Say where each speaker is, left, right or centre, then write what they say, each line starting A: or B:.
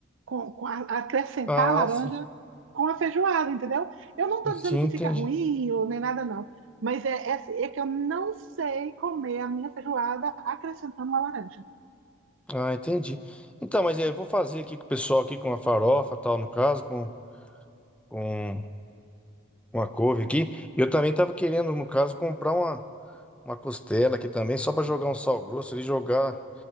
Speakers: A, on the right; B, in the centre.
A: com, com a- acrescentar
B: Ah,
A: a laranja
B: sim.
A: com a feijoada, entendeu? Eu não estou
B: Sim,
A: dizendo que
B: entendi.
A: fica ruim ou nem nada, não. Mas é, é, é que eu não sei comer a minha feijoada acrescentando uma laranja.
B: Ah, entendi. Então, mas é, eu vou fazer aqui com o pessoal aqui com a farofa tal, no caso, com, com Uma couve aqui. Eu também tava querendo, no caso, comprar uma, uma costela aqui também, só para jogar um sal grosso ali, jogar,